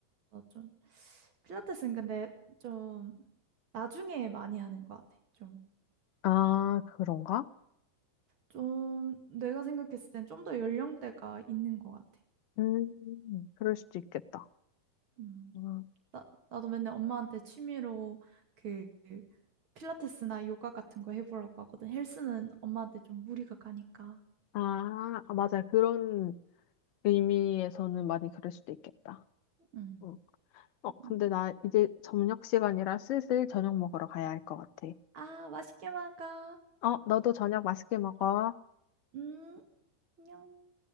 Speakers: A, on the right; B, on the left.
A: 나 좀. 필라테스는 근데 좀 나중에 많이 하는 것 같아. 좀,
B: 아, 그런가?
A: 좀 내가 생각했을 땐 좀 더 연령대가 있는 것 같아.
B: 음, 그럴 수도 있겠다.
A: 음.
B: 아,
A: 나도 맨날 엄마한테 취미로 그 필라테스나 요가 같은 거 해보라고 하거든. 헬스는 엄마한테 좀 무리가 가니까.
B: 아, 아, 맞아. 그런 의미에서는 많이 그럴 수도 있겠다.
A: 응.
B: 응. 어,
A: 응.
B: 근데 나 이제 저녁 시간이라 슬슬 저녁 먹으러 가야 할 것 같아.
A: 아, 맛있게 먹어.
B: 어, 너도 저녁 맛있게 먹어.
A: 음, 안녕.